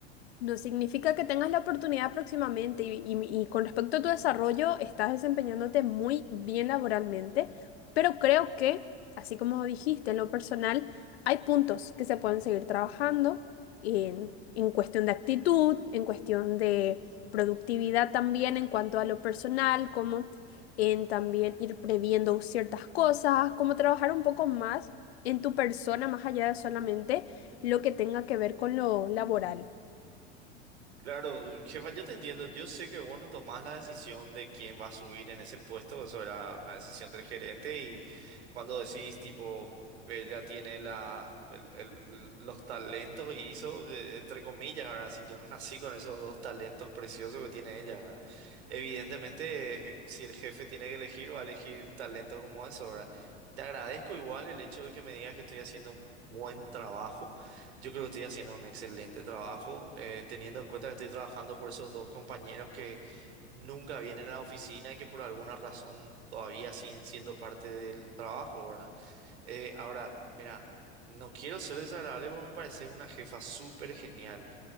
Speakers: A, on the left; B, on the right.
A: no significa que tengas la oportunidad próximamente y, y- y con respecto a tu desarrollo, estás desempeñándote muy bien laboralmente, pero creo que, así como dijiste en lo personal, hay puntos que se pueden seguir trabajando en, en cuestión de actitud, en cuestión de productividad también en cuanto a lo personal, como en también ir previendo ciertas cosas, como trabajar un poco más en tu persona, más allá de solamente lo que tenga que ver con lo laboral.
B: Claro, eh, jefa, yo te entiendo. Yo sé que vos no tomás la decisión de quién va a subir en ese puesto. Eso era la decisión del gerente. Y cuando decís, tipo, ella tiene la, el- el- los talentos y hizo, eh, entre comillas, ahora, si yo no nací con esos dos talentos preciosos que tiene ella, ¿verdad? Evidentemente, eh, si el jefe tiene que elegir, va a elegir talentos como eso, ¿verdad? Te agradezco igual el hecho de que me digas que estoy haciendo un buen trabajo. Yo creo que estoy haciendo un excelente trabajo, eh, teniendo en cuenta que estoy trabajando por esos dos compañeros que nunca vienen a la oficina y que por alguna razón todavía siguen siendo parte del trabajo, ¿verdad? Eh, ahora, mira, no quiero ser desagradable porque me parece una jefa súper genial.